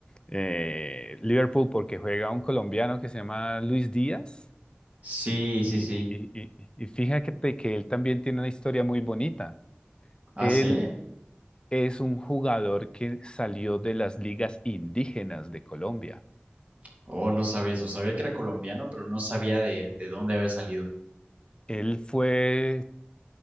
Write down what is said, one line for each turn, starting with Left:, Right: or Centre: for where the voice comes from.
Left: eh, Liverpool porque juega un colombiano que se llama Luis Díaz
Right: Sí, sí,
Left: y,
Right: sí.
Left: y, y, y- y fíjate que él también tiene una historia muy bonita.
Right: Ah,
Left: Él
Right: sí.
Left: es un jugador que salió de las ligas indígenas de Colombia.
Right: Oh, no sabía eso. Sabía que era colombiano, pero no sabía de, de dónde había salido.
Left: Él fue